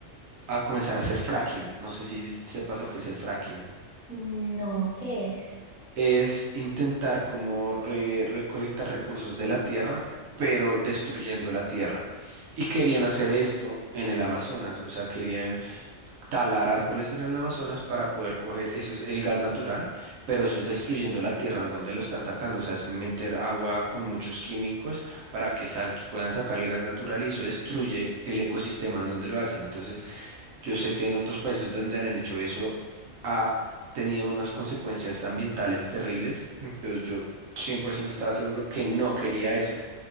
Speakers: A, on the right (about 85°); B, in the centre.
A: a comenzar a hacer fracking. No sé si sepas lo que es el fracking.
B: No, ¿qué es?
A: Es intentar como re- recolectar recursos de la tierra, pero destruyendo la tierra. Y querían hacer esto en el Amazonas, o sea, querían talar árboles en el Amazonas para poder coger, eso es el gas natural, pero eso es destruyendo la tierra en donde lo están sacando, o sea, es meter agua con muchos químicos para que, sal, que puedan sacar el gas natural y eso destruye el ecosistema en donde lo hacen. Entonces, yo sé que en otros países donde han hecho eso ha tenido unas consecuencias ambientales terribles, entonces yo 100% estaba seguro que no quería eso.